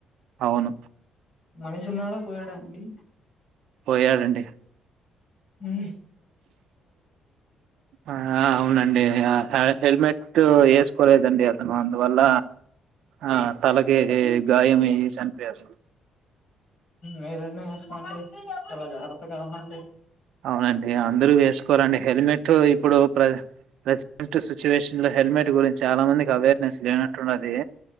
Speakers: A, on the right; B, on the left.
A: అవును
B: మనషున్నాడా పోయాడా అండి
A: పోయాడండీ
B: ఉ
A: ఆ అవునండి హెల్మెట్ ఇటు వేసుకోలేదండి అతను అందువల్ల ఆ
B: మ్మ్
A: తలకి గాయమేసన్పరు
B: మీరన్న చూసుకోండి చాలా జాగ్రత్తగా ఉండండి
A: అవునండి అందరూ వేసుకోవాలండి హెల్మెట్ ఇప్పుడు ప్రసెంట్ సిచ్యువేషన్ హెల్మెట్ గురించి చాలా మందికి అవేర్నెస్ లేనట్టుండాది